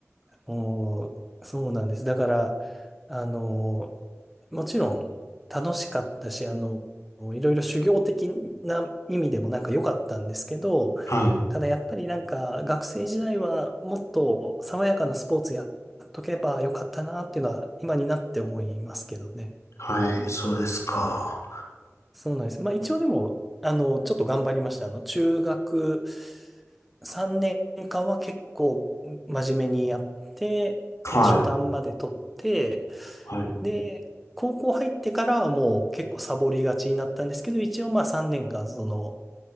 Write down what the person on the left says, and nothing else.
あ、はい。
はい、そうですか。
はい。
はい。